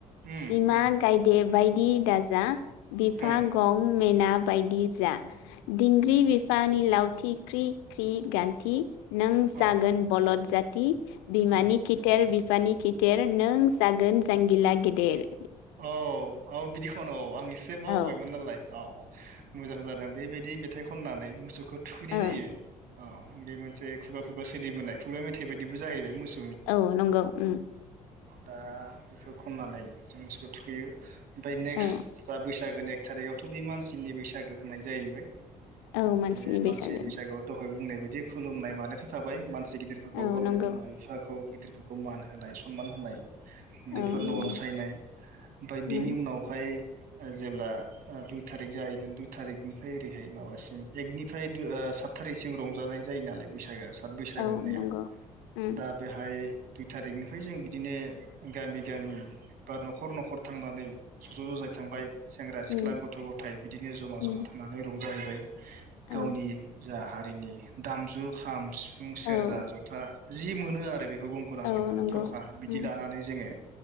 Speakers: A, on the right; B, on the left.
A: उम
B: बिमा
A: उम
B: गायदे बायदि दा जा। बिफा
A: उम
B: गं मेना बायदि जा दिंग्रि बिफानि लावथि क्रि क्रि गान्थि नों जागोन
A: औ
B: बलद जात <unintelligible> बिमानि
A: औ
B: किटेर बि फानि खिटेर। नों जागोन जांगिला गे दे।
A: औ औ बिदि खनो औ आं एसे बावबायमोन
B: औ
A: नालाय औ मोजां जादों। बेबायदि मेथाइ खननानै मुसु खौ थुखैनाय
B: औ
A: जायो औ बे मोनसे खुगा खुगा सलिबोनाय खुगा मेथाइ बादिबो जाहैबाय मोस
B: औ नंगौ ओं।
A: दा बेखौ खननानै जों मोसौखौ थुखैयो। ओमफाय नेक्स्ट
B: औ
A: जा बैस जागोन एक थारिखआवथ' बे मानसिनि बैसागो होननाय जाहैबाय।
B: औ मानसिनि
A: बे
B: बैसागो
A: मानसि बैसागुआव दहाय बुंंनाय बायदि खुलुमनाय मानायथ' थाबाय। मासे गिदिरफोरखौ
B: औ
A: गावनो
B: नंगौ
A: बिमा बिफाखौ। गिदिरफोरखौ मान होनाय सनमान होनाय। उन्दैफोरनो
B: औ नंगौ
A: अनसायनाय। ओमफाय
B: उम
A: बिनि उनावहाय ओ जेब्ला ओ दुइ थारिक जाहैगोन दुइ थारिखनिफ्राय ओरैहाय माबासिम एकनिफ्राय दुइ ओ सात थारिखसिम रंजानाय जायो नालाय बैसागोआ। बैसागो
B: औ
A: होननाया
B: नंगौ उम
A: दा बेहाय दुइ थारिखनिफ्राय जों बिदिनो गामि गामि बा न'खर न'खर थांनानै ज'ज' जाय थांबाय। सेंग्रा सिख्ला
B: उम
A: गथ' गथाय बिदिनो जमा
B: उम
A: जमा थांनानै रं जाहैबाय।
B: औ
A: गावनि जाहा रिनि दामजु खामस सिफुं, सेरजा,
B: औ
A: जथा जि मोनो आरो बे रोबों ख'रा
B: औ
A: संजा
B: नंगौ
A: थरखा बिदि
B: उम
A: लानानै जोङो